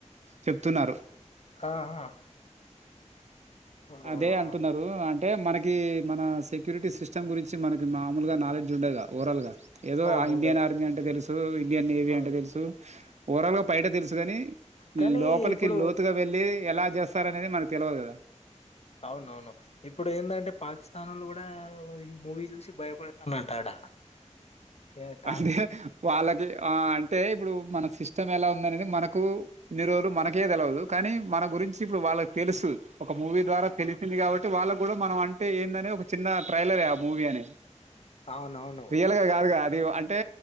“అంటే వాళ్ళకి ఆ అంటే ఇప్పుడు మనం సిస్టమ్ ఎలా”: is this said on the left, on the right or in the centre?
Right